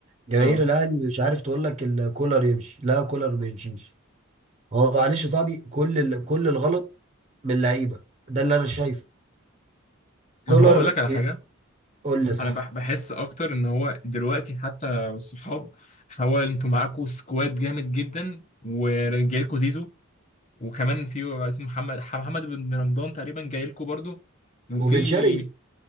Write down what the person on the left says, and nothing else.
اه
ما هو اقول لك على حاجه
انا بح- بحس اكتر ان هو دلوقتي حتى والصحاب هو انتوا معاكوا سكواد جامد جدا ورجالكوا زيزو وكمان في اسمه محمد محمد بن رمضان تقريبا جاي لكم برضو وفي